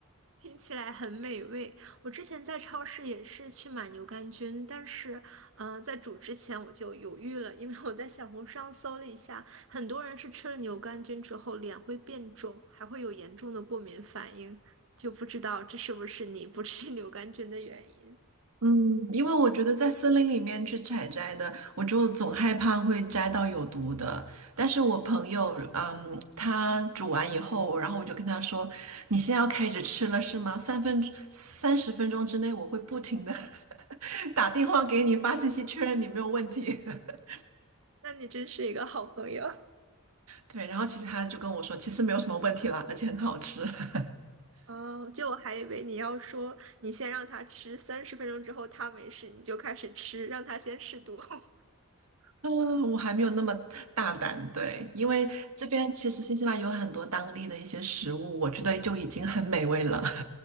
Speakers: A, on the right; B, on the right.
A: 听起来很美味。我之前在超市也是去买牛肝菌，但是，嗯、在煮之前我就犹豫了，因为我在小红书上搜了一下，很多人是吃了牛肝菌之后脸会变肿，还会有严重的过敏反应，就不知道这是不是你不吃牛肝菌的原因。
B: 嗯，因为我觉得在森林里面去采摘的，我就总害怕会摘到有毒的。但是我朋友，嗯，他煮完以后，然后我就跟他说：“你现在要开始吃了是吗？三分三十分钟之内，我会不停的
A: 嗯
B: <laughs> 打电话给你发信息确认你没有问题。
A: 嗯，
B: <laughs>”
A: 那你真是一个好朋友。
B: 对，然后其实他就跟我说，其实没有什么问题啦，而且很好吃。<laughs>
A: 哦，就我还以为你要说你先让他吃，三十分钟之后他没事，你就开始吃，让他先试毒。<laughs>
B: 嗯，我还没有那么大胆，对，因为这边其实新西兰有很多当地的一些食物，我觉得就已经很美味了。